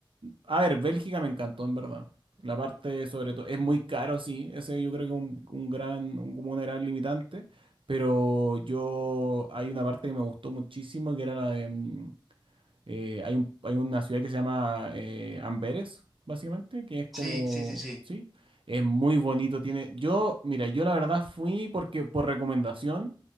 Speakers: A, on the right; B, in the centre.
A: a ver, Bélgica me encantó, en verdad. La parte, sobre todo, es muy caro, sí, ese yo creo que es un, un gran, un- como un gran limitante pero yo hay una parte que me gustó muchísimo, que era la de... mm, eh, hay un- hay una ciudad que se llama eh, Amberes, básicamente, que es como...
B: Sí, sí, sí, sí.
A: Sí, es muy bonito, tiene... Yo, mira, yo la verdad fui porque por recomendación,